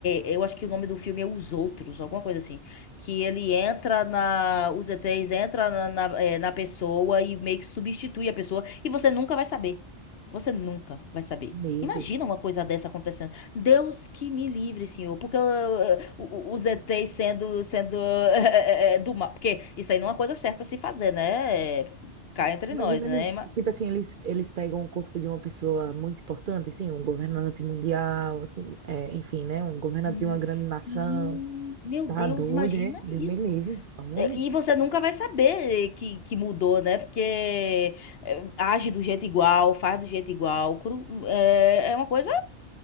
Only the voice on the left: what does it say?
eu acho que o nome do filme é Os Outros, alguma coisa assim. Que ele entra na, os ETs entra na, na, eh, na pessoa e meio que substitui a pessoa e você nunca vai saber. Você nunca vai saber.
Imagina uma coisa dessa acontecendo. Deus que me livre, senhor. Porque eh, o- o- os ETs sendo, sendo <laughs> eh, eh, eh, do mal. Porque isso aí não é uma coisa certa a se fazer, né? Eh, Cá entre
nós, né?
Mas-
Hum,
Sim, meu
Deus,
imagina
isso.
E você nunca vai saber que, que mudou, né? Porque eh, age do jeito igual, faz do jeito igual. cru- É, é uma coisa